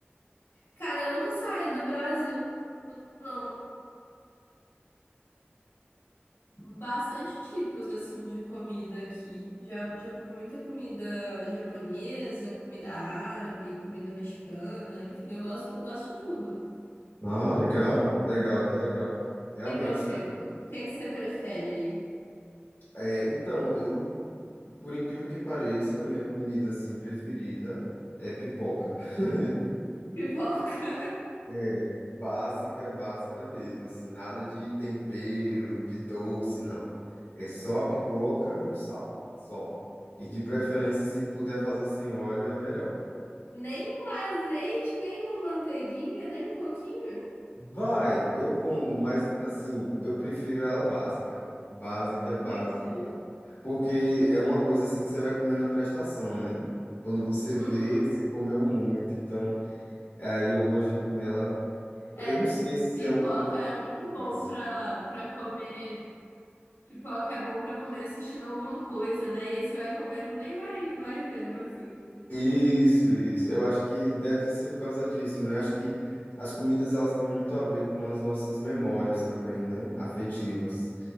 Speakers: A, on the left (about 85°); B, on the left (about 50°).
A: Cara, eu nunca saí do Brasil. não. bastante tipos assim de comida aqui. Já, já comi muita comida japonesa, comida árabe, comida mexicana, enfim, eu gosto, gosto de tudo.
B: Ah, legal, legal, que legal. Realmente,
A: E você, co- o que é que você prefere aí?
B: é, então, eu, por incrível que pareça, a minha comida, assim, preferida é pipoca. <laughs>
A: Pipoca?
B: É, básica, básica mesmo, assim, nada de tempero, de doce, não. É só a pipoca e o sal, só. E de preferência, se puder fazer sem óleo, é melhor.
A: <laughs> Nem um azeite, nem uma manteiguinha, nem um pouquinho?
B: Vai, eu como, mas assim, eu prefiro ela básica. Básica,
A: Entendi.
B: básica, básica. Porque é uma coisa assim que você vai comer na prestação, né? Quando você
A: Uhum.
B: vê, você comeu muito. Então, aí eu gosto de comer ela.
A: É,
B: Eu não sei se
A: pipoca
B: é o crocância.
A: é muito bom pra, pra comer. Pipoca é bom pra comer assistindo alguma coisa, né? E aí você vai comendo, nem vai, vai vendo, assim.
B: Isso, isso. Eu acho que deve ser por causa disso, né? Acho que as comidas elas têm muito a ver com as nossas memórias também, né? Afetivas.